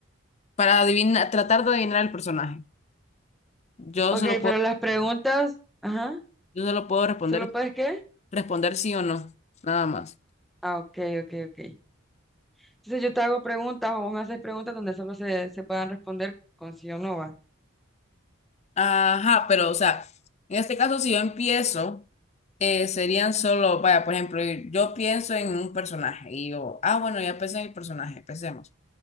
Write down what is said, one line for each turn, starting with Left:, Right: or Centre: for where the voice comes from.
Left: para adivinar, tratar de adivinar el personaje. Yo
Centre: Ok,
Left: solo puedo,
Centre: pero las preguntas, ajá,
Left: <laughs> yo solo puedo responder,
Centre: ¿solo puedes qué?
Left: responder sí o no, nada más.
Centre: Ah, ok, ok, ok. Entonces yo te hago preguntas o vos me haces preguntas donde solo se, se puedan responder con sí o no va.
Left: Ajá, pero o sea, en este caso si yo empiezo, eh, serían solo, vaya, por ejemplo, yo pienso en un personaje y yo, ah, bueno, ya pensé en el personaje, empecemos.